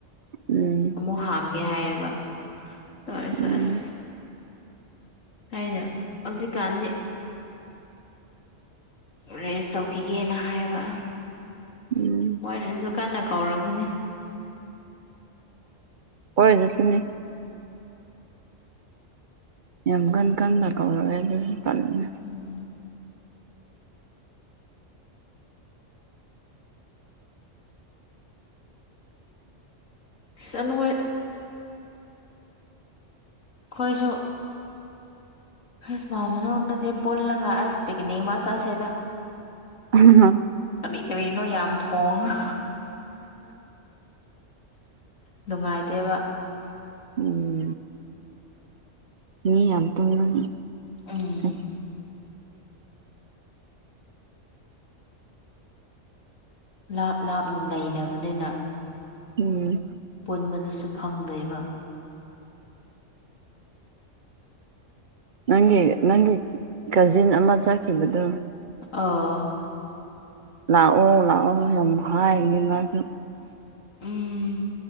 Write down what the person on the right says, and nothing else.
ꯎꯝ
ꯎꯝ
ꯎꯝ
ꯍꯣꯏ ꯑꯗꯨ ꯁꯤꯅꯦ ꯌꯥꯝ ꯀꯟ ꯀꯟꯟꯅ ꯀꯧꯔꯛꯑꯦ ꯑꯗꯨꯁꯨ ꯄꯜꯂꯤꯅꯦ
ꯑ ꯍ
ꯎꯝ ꯃꯤ ꯌꯥꯝ <unintelligible>
ꯁꯦ
ꯎꯝ
ꯅꯪꯒꯤ ꯅꯪꯒꯤ ꯀꯖꯤꯟ ꯑꯃ ꯆꯠꯈꯤꯕꯗꯣ
ꯂꯥꯛꯑꯣ ꯂꯥꯛꯑꯣ ꯌꯥꯝ ꯍꯥꯏꯔꯤ ꯃꯥꯁꯨ